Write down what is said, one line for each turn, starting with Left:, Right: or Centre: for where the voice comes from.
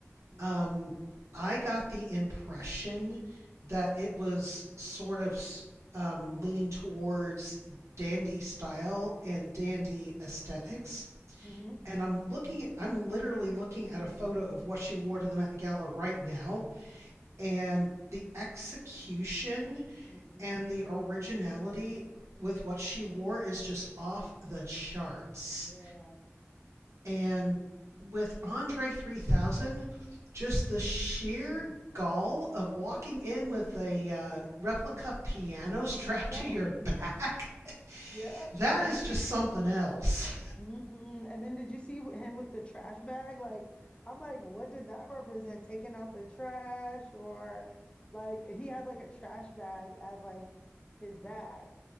Left: hmm
Right: um, I got the impression that it was sort of um, leaning towards dandy style and dandy aesthetics
Left: hmm
Right: and I'm looking I'm literally looking at a photo of what she wore to the Met Gala right now and the execution
Left: hmm
Right: and the originality with what she wore is just off the charts.
Left: Yeah.
Right: And with Andre 3000, just the sheer gall of walking in with a uh, replica piano <laughs> strapped
Left: Yeah, I know.
Right: to your back,
Left: <laughs> Yeah.
Right: that is just something else.
Left: hmm And then did you see wh- him with the trash bag? Like, I'm like, what did that represent? Taking out the trash or like he had like a trash bag as like his bag.